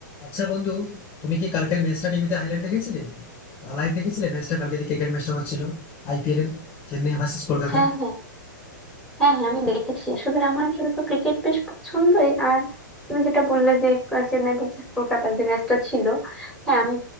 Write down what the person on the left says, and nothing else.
আচ্ছা বন্ধু তুমি কি কালকের ম্যাচটা টিভিতে হাইলাইট দেখেছিলে বা লাইভ দেখেছিলে ম্যাচটা কালকে যে ক্রিকেট ম্যাচটা হচ্ছিল আইপিএল এর চেন্নাই ভার্সেস কলকাতা